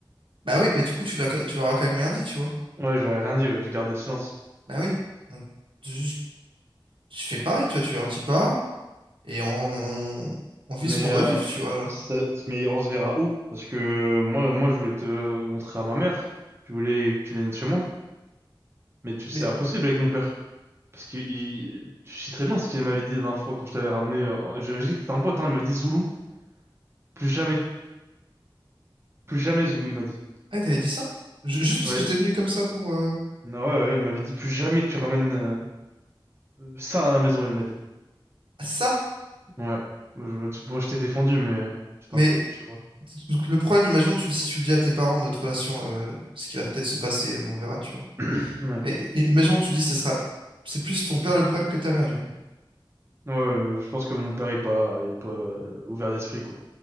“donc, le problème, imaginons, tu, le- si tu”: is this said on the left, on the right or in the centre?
Right